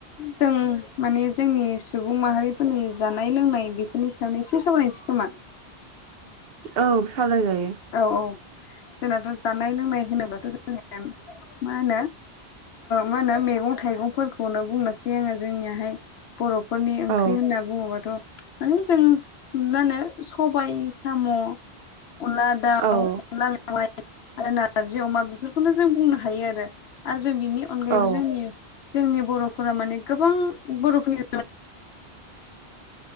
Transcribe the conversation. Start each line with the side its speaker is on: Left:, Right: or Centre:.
Left: जों माने जोंनि सुबुं माहारिफोरनि जानाय लोंनाय बेफोरनि सायावनो एसे सावरायनोसै खोमा
Right: औ सावराय जायो।
Left: औ औ जोंनाथ' जानाय लोंनाय होनोब्लाथ' जोंनि मा होनो मा होनो मैगं थाइगंफोरखौनो बुंनोसै आङो जोंनियाहाय बर'फोरनि ओंख्रि
Right: औ
Left: होनना बुङोबाथ' माने जों मा होनो सबाय साम' उलार
Right: औ
Left: माय आरो नारजि अमा बेफोरखौनो जों बुंनो हायो आरो आरो जों बिनि अनगायैबो
Right: औ
Left: जोंनि जोंनि बर'फोरा माने गोबां बर'फोरनि